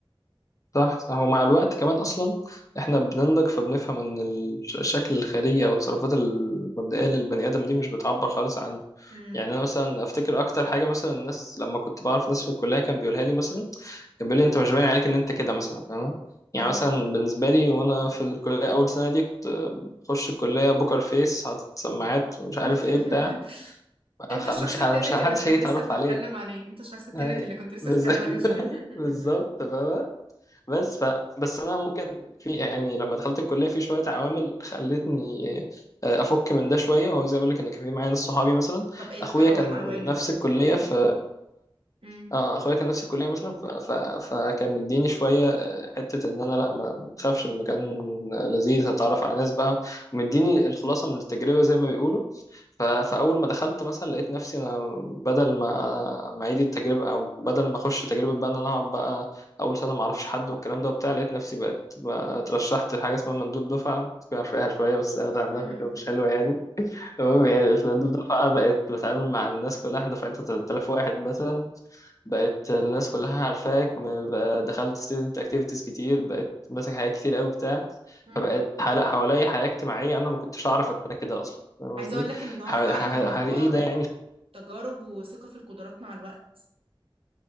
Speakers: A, on the left; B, on the right.
A: صح صح ومع الوقت كمان اصلا احنا بننضج فبنفهم ان الش- الشكل الخارجي او التصرفات المبدئيه للبني ادم دي مش بتعبر خالص عن
B: امم
A: يعني انا مثلا افتكر اكتر حاجه مثلا الناس لما كنت بعرف ناس في الكليه كان بيقولها لي مثلا كان بيقول لي انت مش باين عليك ان انت كده مثلا فاهم يعني
B: اه
A: مثلا بالنسبه لي وانا في الكليه اول سنه دي كنت بخش الكليه بوكر فيس حاطط سماعات مش عارف
B: <laughs>
A: ايه بتاع
B: انت
A: خ-
B: الشخص
A: مش ه-
B: التنك
A: مش ه- محدش
B: اللي كنت
A: هيجي يتعرف
B: لسه بتتكلم
A: عليك
B: عليه انت الشخص التنك
A: أي-
B: اللي كنت لسه
A: بز-
B: بتتكلم
A: <laughs>
B: عليه من شوية <laughs>
A: بالظبط فاهمة بس ف بس أنا ممكن في يعني لما دخلت الكلية في شوية عوامل خلتني آه، أفك من ده شوية وهو زي ما بقول لك إن كان في معايا ناس صحابي مثلا
B: طب ايه ال-
A: أخويا
B: اه
A: كان
B: العوامل
A: نفس
B: ارجوك
A: الكلية في
B: مم.
A: اه اخويا كان نفس الكليه مثلا ف... ف... فكان مديني شويه آه، حته ان انا لا ما ما تخافش المكان لذيذ هتعرف على ناس بقى مديني الخلاصه من التجربه زي ما بيقولوا ف... فاول ما دخلت مثلا لقيت نفسي انا بدل ما ما اعيد التجربه او بدل ما اخش تجربه بقى ان انا اقعد بقى اول سنه ما اعرفش حد والكلام ده وبتاع لقيت نفسي بقت بقى اترشحت في حاجه اسمها مندوب دفعه مش عارف ايه شويه بس اخد عندها
B: مم.
A: فكره مش حلوه يعني المهم يعني الأسلانديب دفعة بقت بتعامل مع الناس كلها احنا دفعتنا 3000 واحد مثلا بقت الناس كلها عارفاك م- بقى دخلت student activities كتير بقت ماسك حاجات كتير قوي بتاع
B: مم.
A: فبقت حل- حواليا حياة اجتماعية أنا ما كنتش أعرف إن أنا كده أصلا فاهم
B: عايزة
A: قصدي؟
B: اقول لك ان ده هو
A: ح-
B: فعلا
A: ح-
B: الموضوع
A: ح- إيه ده يعني
B: تجارب وثقة في القدرات مع الوقت